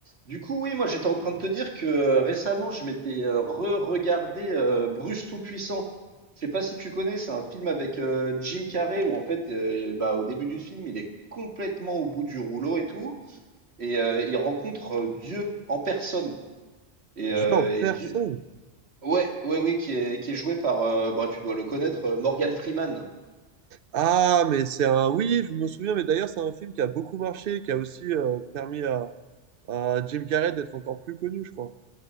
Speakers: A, on the right (about 85°); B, on the right (about 65°).
A: Du coup, oui, moi j'étais en train de te dire que euh, récemment je m'étais euh, re-regardé euh, Bruce Tout-Puissant. Je sais pas si tu connais, c'est un film avec euh, Jim Carrey où en fait, euh, bah, au début du film, il est complètement au bout du rouleau et tout, et euh, il rencontre euh, Dieu en personne. Et,
B: Dieu
A: euh,
B: en personne.
A: et Dieu, ouais, ouais, oui, qui est qui est joué par, euh, bah, tu dois le connaître, euh, Morgan Freeman.
B: Ah, mais c'est un. Oui, je me souviens, mais d'ailleurs, c'est un film qui a beaucoup marché, qui a aussi euh, permis à, à Jim Carrey d'être encore plus connu, je crois.